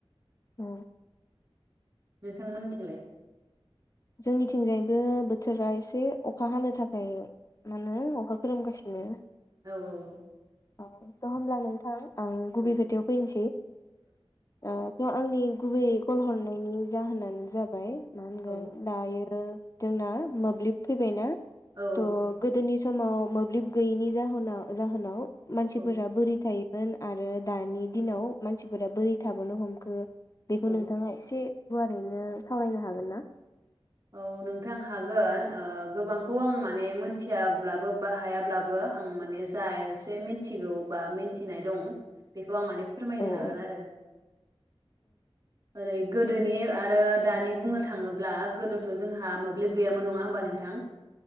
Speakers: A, on the left (about 35°); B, on the right (about 40°).
A: औ
B: नोंथां मिथिंलाय
A: जोंनिथिंजायबो बोथोरा एसे अखा हानो थाखाय मा होनो अखा खोरोमगासिनो
B: औ औ
A: औ' होमब्ला नोंथां आं गुबै
B: औ
A: खोथायाव फैनोसै बे आंनि गुबै कल हरनायनि जाहोनानो जाबाय मा होनगोन
B: औ
A: दायो जोंना मोब्लिब फैबायना
B: औ
A: थ गोदोनि समाव मोब्लिब गैयिनि जाहोनाव जाहोनाव मानसिफोरा
B: औ
A: बोरै थायो मोन आरो दानि दिनाव मानसिफोरा बोरै थाबोनो हमखो बेखौ
B: औ
A: नोंथाङा एसे गुवारैनो सावरायनो हागोन ना
B: औ नोंथां हागोन गोबांखौ आं माने मोनथियाब्लाबो बा हायाब्लाबो आं माने जा इसे मिथिगौ बा मिथिनाय दं बेखौ आं माने फोरमायनो
A: औ
B: हागोन
A: औ
B: आरो ओरै गोदोनि आरो दानि बुंनो थाङोब्ला गोदो थ' जोंहा मोब्लिब गैयामोन नङा होमबा नोंथां